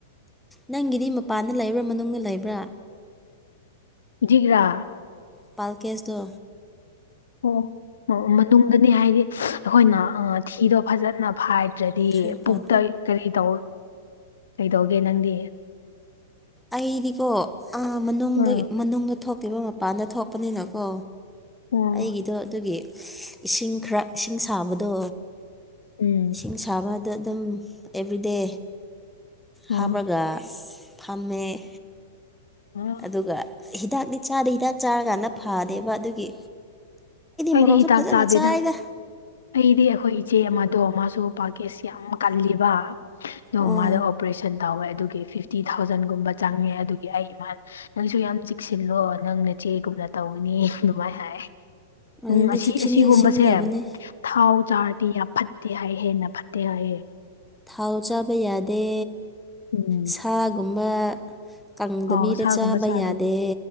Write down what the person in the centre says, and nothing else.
ꯅꯪꯒꯤꯗꯤ ꯃꯄꯥꯟꯗ ꯂꯩꯕ꯭ꯔꯥ ꯃꯅꯨꯡꯗ ꯂꯩꯕ꯭ꯔꯥ
ꯄꯥꯜ ꯀꯦꯁꯗꯨ
ꯁꯨꯄꯥꯟ
ꯑꯩꯗꯤꯀꯣ ꯑꯥ ꯃꯅꯨꯡꯗꯒꯤ
ꯃꯅꯨꯡꯗ ꯊꯣꯛ ꯄꯤꯕ ꯃꯄꯥꯟꯗ ꯊꯣꯛꯄꯅꯤꯅꯀꯣ
ꯑꯩꯒꯤꯗꯣ ꯑꯗꯨꯒꯤ ꯏꯁꯤꯡ ꯈꯔ ꯏꯁꯤꯡ ꯁꯥꯕꯗꯣ
ꯏꯁꯤꯡ ꯁꯥꯕꯗ ꯑꯗꯨꯝ ꯑꯦꯕ꯭ꯔꯤꯗꯦ
ꯍꯥꯞꯄꯒ ꯐꯝꯃꯦ
ꯑꯗꯨꯒ ꯍꯤꯗꯥꯛꯗꯤ ꯆꯥꯗꯦ ꯍꯤꯗꯥꯛ ꯆꯥꯔꯀꯥꯟꯗ ꯐꯗꯦꯕ ꯑꯗꯨꯒꯤ
ꯃꯣꯔꯣꯛꯁꯨ
ꯐꯖꯅ
ꯆꯥꯏꯗ
ꯑꯣ
ꯑꯗꯨꯅꯤ
ꯆꯦꯛꯁꯤꯟꯗꯤ
ꯆꯦꯛꯁꯤꯟꯒꯗꯕꯅꯤ
ꯊꯥꯎ ꯆꯥꯕ ꯌꯥꯗꯦ
ꯁꯥꯒꯨꯝꯕ ꯀꯪꯗꯕꯤꯗ
ꯆꯥꯕ
ꯌꯥꯗꯦ